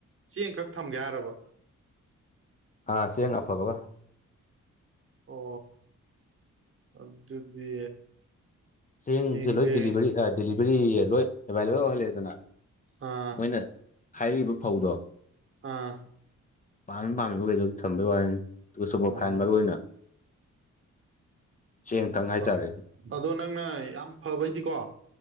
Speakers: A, on the right (about 45°); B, on the left (about 25°).
A: ꯆꯦꯡ ꯈꯛ ꯊꯝꯒꯦ ꯍꯥꯏꯔꯕ
B: ꯑꯥ ꯆꯦꯡ ꯑꯐꯕꯒ
A: ꯑꯣ ꯑꯗꯨꯗꯤ
B: ꯆꯦꯡꯁꯦ
A: ꯆꯦꯡ
B: ꯂꯣꯏ
A: ꯕꯦꯛ
B: ꯗꯤꯂꯤꯚꯔꯤ ꯑ ꯗꯤꯂꯤꯚꯔꯤꯌꯦ ꯂꯣꯏ ꯑꯦꯕꯥꯏꯂꯦꯕꯜ ꯑꯣꯏꯍꯜꯂꯦꯗꯅ
A: ꯑꯥ
B: ꯃꯣꯏꯅ ꯍꯥꯏꯔꯤꯕ ꯐꯧꯗꯣ
A: ꯑꯥ
B: ꯄꯥꯝꯃꯤ ꯄꯥꯝꯃꯤꯕ ꯘꯩꯗꯣ ꯊꯝꯕꯩ ꯋꯥꯅꯤꯗ ꯇꯨꯒ ꯁꯨꯄꯔꯐꯥꯏꯟ
A: ꯑꯣ
B: ꯃꯔꯨ ꯑꯣꯏꯅ ꯆꯦꯡꯇꯪ ꯍꯥꯏꯇꯥꯔꯦ
A: ꯑ- ꯑꯗꯣ ꯅꯪꯅ ꯌꯥꯝ ꯐꯕꯩꯗꯤꯀꯣ